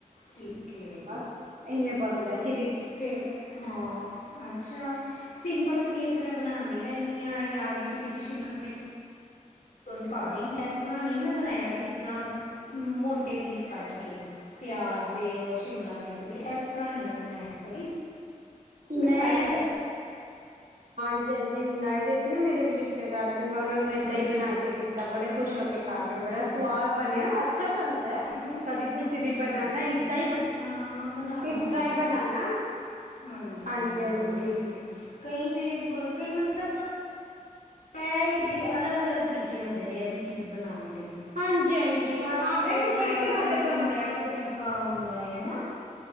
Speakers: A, on the left; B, on the right.
A: ਠੀਕ ਹੈ
B: ਬਸ ਇਵੇਂ ਬਣਦਾ ਜੈ।
A: ਫਿਰ ਹਾਂ, ਅੱਛਾ, ਸਿੰਪਲ ਪਨੀਰ ਤਾਂ ਮੈਂ ਬਣਾ ਦੀ ਰਹਿੰਦੀ ਹਾਂ, ਜਾਂ ਵਿੱਚ-ਵਿੱਚ ਸ਼ਿਮਲਾ ਮਿਰਚ। <unintelligible> ਇਸ ਤਰ੍ਹਾਂ ਨੀ, ਮੈਂ ਬਣਾਇਆ ਬੀ। ਜਿੱਦਾਂ। ਮੋਟੇ ਪੀਸ ਕੱਟ ਕੇ, ਪਿਆਜ਼ ਦੇ ਔਰ ਸ਼ਿਮਲਾ ਮਿਰਚ ਦੇ ਇਸ ਤਰ੍ਹਾਂ ਨਹੀਂ, ਮੈਂ ਬਣਾਇਆ ਕਦੀ।
B: ਮੈਂ।
A: ਟਰਾਈ ਕਰ।
B: ਹਾਂ ਜੀ, ਹਾਂ ਜੀ, ਹੁਣ ਆਏ ਦੇ ਸੀ ਨਾ, ਮੇਰੇ ਵੀ ਰਿਸ਼ਤੇਦਾਰ। ਫਿਰ ਮੈਂ ਉਹਨਾਂ ਨੂੰ ਏਦਾਂ
A: ਹਾਂਜੀ
B: ਹੀ ਬਣਾ ਕੇ ਦਿੱਤਾ, ਬੜੇ ਖੁਸ਼
A: ਅੱਛਾ
B: ਹੋ ਕੇ ਖਾ ਕੇ, ਬੜਾ ਸਵਾਦ
A: ਅੱਛਾ
B: ਬਣਿਆ ਅੱਛਾ ਬਣਦਾ,
A: ਹਮ,
B: ਕਦੀ ਤੁਸੀਂ
A: ਅੱਛਾ
B: ਵੀ ਬਨਣਾ ਏਦਾਂ ਹੀ ਵੀ
A: ਹਾਂ ਬਣਾਵਾਂਗੀ
B: ਏਦਾਂ
A: ਮੈਂ
B: ਹੀ ਬਣਨਾ
A: ਹਾਂਜੀ
B: ਹਾਂ ਜੀ,
A: ਬਣਾਵਾਂਗੀ
B: ਹਾਂ ਜੀ।
A: ਕਈ ਕਈ ਤੇ ਕਈ ਮਤਲਬ। ਇਹ ਇੱਕ ਦੇ ਅਲੱਗ-ਅਲੱਗ ਤਰੀਕੇ ਹੁੰਦੇ ਨੇ, ਇਹ ਵੀ ਚੀਜ਼ ਬਣਾਉਣ ਦੇ। <unintelligible>
B: ਹਾਂਜੀ ਹਾਂਜੀ
A: ਹਰ
B: ਹਾਂ
A: ਕਿਸੇ
B: ਇਹ ਵੀ
A: ਦਾ
B: ਬੜੀ
A: ਆਪਣਾ
B: ਤਰ੍ਹਾਂ ਦਾ
A: ਆਪਣਾ
B: ਬਣਦਾ ਹੈ
A: ਤਰੀਕਾ ਹੂੰ। ਲਾਏ ਹਨਾ।